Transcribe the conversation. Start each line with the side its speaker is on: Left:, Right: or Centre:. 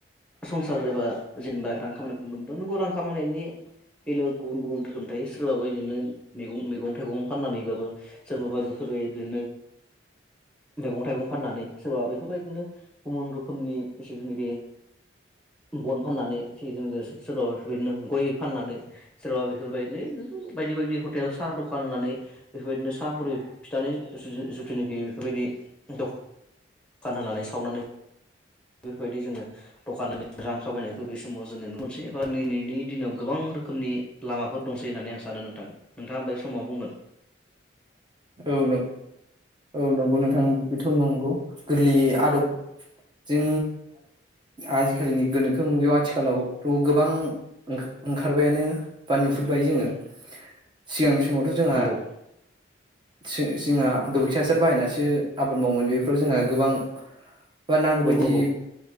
Centre: संसार एबा जेनेबा रां खामायनायखौ नुनो मोनदों नोंगौ रां खामायनायनि बेलायाव गुबुन गुबुन रोखोम थायो सोरबाबो इदिनो मैगं मैगं थाइगं फाननानैबाबो सोरबाबा बेफोरबायदिनो मैगं थाइगं फाननानै सोरबा बेफोरबायदिनो गुबुन रोखोमनि जितुनोखि बन फाननानै सोरबाबा बेफोरबायदिनो गय फाननानै सोरबा बेफोरबायदिनो बायदि बायदि हटेल साहा दखान होनानै बेफोरबायदिनो साहा बुरि फिथानि जुथुनाखि बेफोरबायदि दखान दखान होनानै सावनानै बेफोरबायदि जोङो दखाननानै रां खामायनायखौ बे समाव जोङो नुनो मोनसै एबा दिनैनि दिनाव गोबां रोखोमनि लामाफोर दंसै होननानै आं सानो नोंथां नोंथाङा ओमफाय बे समाव मा बुंगोन
Right: औ नोंगौ औ नंगौ नोंथां ओं बेथ नंगौ गोरलैयै आदब जों आजिखालिनि गोनोखो मुगायाव आथिखालावथ गोबां ओंखारो ओंखारबायानो बा नुहुरबाय जोङो सिगांनि सम समावथ जोंहा
Centre: नंगौ
Right: जोंहा गोबोरखि हासार बाहायनासो आबाद मावोमोन बेफोराव जोंहा गोबां बा नांगौबादि
Centre: नंगौ नंगौ